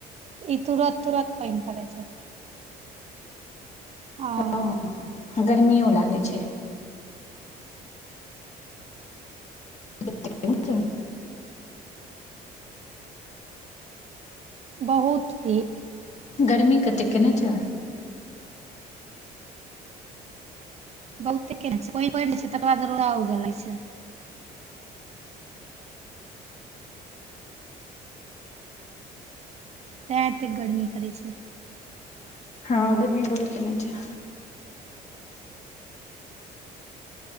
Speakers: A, on the right; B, on the left.
A: ई तुरत तुरत पानि पड़ै छै <unintelligible>
B: लागल गर्मियो लागै छै <unintelligible>
A: बहुत ही
B: गरमीे कतेक केने छऽ
A: बहुते केने छै पाईन परे छै तकररा बाद रोदा उगेले छै तैं एते गर्मी करै छै
B: हँ गर्मी बहुत केने छै